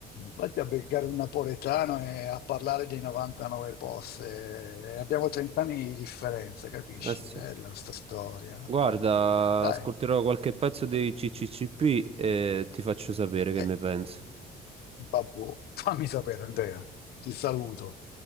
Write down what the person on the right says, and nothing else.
Eh sì.
Guarda,
ascolterò qualche pezzo dei CCCP e ti faccio sapere che
ne penso.